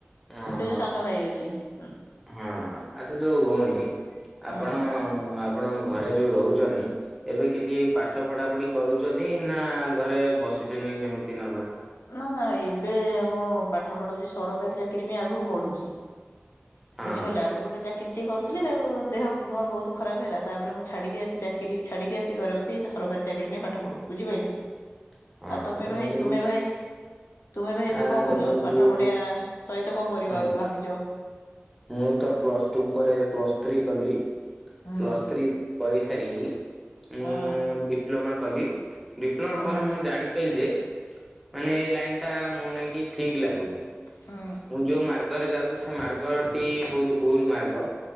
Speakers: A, in the centre; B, on the left.
A: ଅଁହ,
B: ସେ ଯୋଉ ସାନ ଭାଇ ଅଛି ହୁଁ
A: ହଁ ଆଚ୍ଛା ଯୋଉ ଭଉଣୀ
B: ହୁଁ।
A: ଆପଣ ହୁଁ ଆପଣଙ୍କ ଘରେ ଯୋଉ ରହୁଛନ୍ତି। ଏବେ କିଛି ପାଠ ପଢ଼ାପଢି କରୁଛନ୍ତି ନା ଘରେ ବସିଛନ୍ତି ସେମିତି ନର୍ମାଲ?
B: ନା ନା ଏବେ ମୁଁ ପାଠ ପଢଉଛି ସରକାରୀ ଚାକିରି ପାଇଁ ଆଗକୁ ପଢୁଛି।
A: ହଁ
B: ବୁଝିପାରିଲେ ଆଗରୁ ଗୋଟେ ଚାକିରି କିରି କରୁଥିଲି ତାକୁ ଦେହ ମୋର ବହୁତ ଖରାପ ହେଲା ତାପରେ ମୁଁ ଛାଡ଼ିକି ଆସି ଚାକିରି ଛାଡ଼ିକି ଆସି ଘରେ ବସିଛି। ସେଇ ସରକାରୀ ଚାକିରି ପାଇଁ ପାଠପଢୁ ବୁଝିପାରିଲେ?
A: <inaudible>
B: ଆଉ ତମେ
A: ଦେଖନ୍ତୁ
B: ଭାଇ ତୁମେ ଭାଇ ତୁମେ ଭାଇ ଏବେ
A: ଆ
B: କଣ
A: ଦେଖନ୍ତୁ
B: କରୁଛ? ପାଠ ପଢିଆ ସହିତ କଣ କରିବ
A: ହଁ
B: ଏବେ ଭାବିଛ?
A: ମୁଁ ତ ପ୍ଲସ ଟୁ ପରେ ପ୍ଲସ୍ ଥ୍ରୀ କଲି,
B: ହୁଁ
A: ପ୍ଲସ୍ ଥ୍ରୀ। କରିସାରିକି ମୁଁ
B: ହୁଁ
A: ଡିପ୍ଲୋମା କଲି। ଡିପ୍ଲୋମା
B: ହୁଁ
A: ପରେ ମୁଁ ଜାଣିପାରିଲି ଯେ ମାନେ ଏଇ ଲାଇନ ଟା ମୋ ନାଗି ଠିକ ଲାଗୁନି।
B: ହୁଁ।
A: ମୁଁ ଯୋଉ ମାର୍ଗରେ ଯାଉଛି ସେ ମାର୍ଗଟି ବହୁତ ଭୁଲ ମାର୍ଗ।